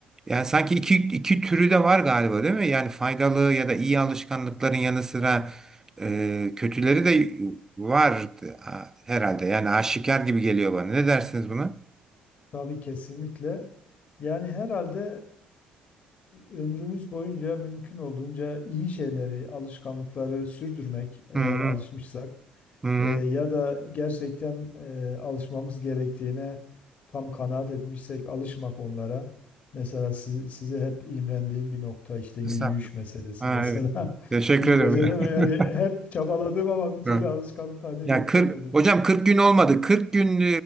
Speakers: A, on the right; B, on the left.
A: yani sanki iki, iki türü de var galiba değil mi? Yani faydalı ya da iyi alışkanlıkların yanı sıra ee, kötüleri de var ha, herhalde. Yani aşikar gibi geliyor bana. Ne dersiniz buna?
B: Tabii kesinlikle. Yani herhalde e, ömrümüz boyunca mümkün olduğunca iyi şeyleri, alışkanlıkları sürdürmek eğer
A: Hı hı.
B: alışmışsak
A: Hı hı.
B: E, ya da gerçekten e, alışmamız gerektiğine tam kanaat etmişsek alışmak onlara. Mesela siz- size hep imrendiğim bir nokta işte yürüyüş
A: Estağfurullah.
B: meselesi
A: Ha,
B: mesela.
A: evet.
B: <laughs>
A: Teşekkür
B: Hiç
A: ederim.
B: becereme yani
A: <laughs>
B: hep çabaladım ama bir türlü
A: Hı.
B: alışkanlık haline
A: Ya
B: getiremedim.
A: 40 hocam 40 gün olmadı. 40 gün